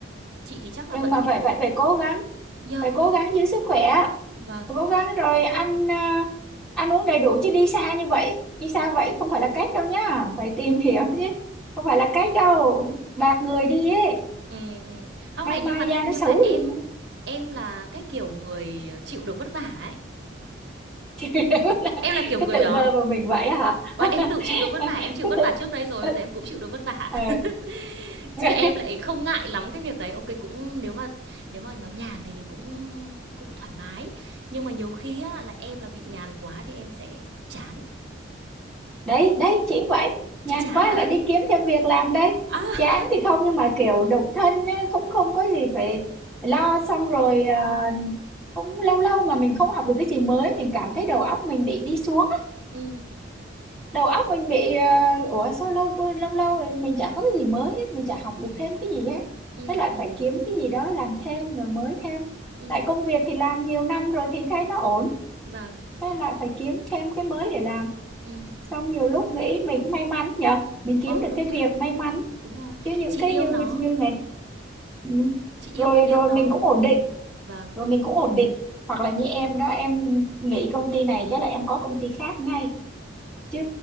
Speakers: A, on the right (about 60°); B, in the centre.
A: Chị thì chắc là
B: nhưng
A: vẫn
B: mà vậy vậy phải cố gắng
A: giờ
B: phải
A: yeah,
B: cố
A: cũng
B: gắng giữ sức khỏe
A: vâng.
B: cố gắng rồi ăn à, ăn uống đầy đủ chứ đi xa như vậy đi xa vậy không phải là cách đâu nhá phải tìm hiểu chứ không phải là cách đâu bạc người đi ấy
A: Ừm, ừm. Hông
B: nay
A: này, nhưng
B: mai
A: mà
B: da
A: nhưng
B: nó xấu
A: mà em
B: đi nữa
A: em là cái kiểu người, ờ, chịu được vất vả ấy,
B: <laughs>
A: em là kiểu
B: cứ
A: người
B: tự
A: đó.
B: vờ vào mình vậy hả
A: Ờ,
B: <laughs>
A: em tự chịu được vất vả, em chịu
B: cứ
A: vất
B: tự
A: vả trước đây rồi,
B: ừ.
A: bây giờ em cũng chịu được vất vả,
B: Ờ.
A: <laughs>
B: <laughs>
A: chứ em lại không ngại lắm cái việc đấy. ok cũng nếu mà nếu mà nó nhàn thì mình cũng cũng thoải mái, nhưng mà nhiều khi á là em là bị nhàn quá thì em sẽ chán.
B: đấy đấy chỉ vậy nhàn
A: Chị chán
B: quá
A: hả?
B: là đi kiếm thêm việc làm đấy
A: Á.
B: chán thì không nhưng mà kiểu độc thân ấy, cũng không có gì phải lo xong rồi à,
A: ừ
B: cũng lâu lâu mà mình không học được cái gì mới mình cảm thấy đầu óc mình bị đi xuống
A: ừ
B: đầu óc mình bị ờ, ủa sao lâu quá- lâu lâu rồi mình chả có cái gì mới hết mình chả học được
A: ừ
B: thêm cái gì hết
A: ừm,
B: thế lại
A: ừm,
B: phải kiếm cái gì đó làm thêm rồi mới thêm
A: ừm,
B: tại công việc thì làm nhiều năm rồi thì thấy nó ổn
A: vâng,
B: thế lại phải kiếm thêm cái mới để làm
A: ừ ừ
B: xong nhiều lúc nghĩ mình cũng may mắn nhở mình kiếm
A: Ồ,
B: được
A: đúng
B: cái
A: mà,
B: việc may mắn
A: đúng rồi,
B: chứ những
A: chị
B: cái
A: yêu
B: như
A: nó.
B: như ngày ừ.
A: chị yêu
B: rồi
A: cái việc
B: rồi
A: đó
B: mình cũng ổn định
A: vâng
B: rồi mình cũng ổn định hoặc là như em đó em nghỉ công ty này chắc là em có công ty khác ngay chứ